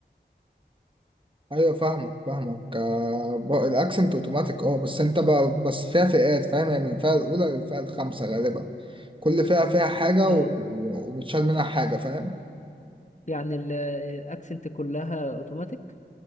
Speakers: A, on the right; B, on the left.
A: ايوه فاهمك فاهمك آه، بق- الاكسنت اوتوماتيك اه بس انت بقى بس فيها فئات فاهم يعني من الفئه الاولى للفئه الخامسه غالبا كل فئه فيها حاجه
B: اه
A: و- و- ومتشال منها حاجه فاهم
B: يعني الاكسنت كلها اوتوماتيك